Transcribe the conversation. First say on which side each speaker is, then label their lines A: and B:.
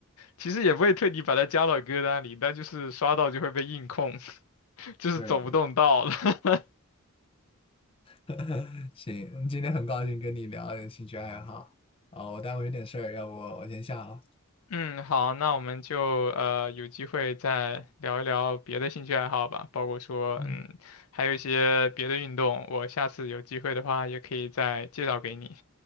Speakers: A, on the left (about 75°); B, on the left (about 25°).
A: 其实也不会特地把它加到歌单里，但就是刷到就会被硬控，<laughs> 就是走不动道了。
B: 对对，
A: <laughs>
B: <laughs> 行，今天很高兴跟你聊点兴趣爱好，啊，我待会有点事儿，要不我先下了，
A: 嗯，好，那我们就呃有机会再聊一聊别的兴趣爱好吧，包括说嗯还有一些别的运动，
B: 嗯
A: 我下次有机会的话也可以再介绍给你。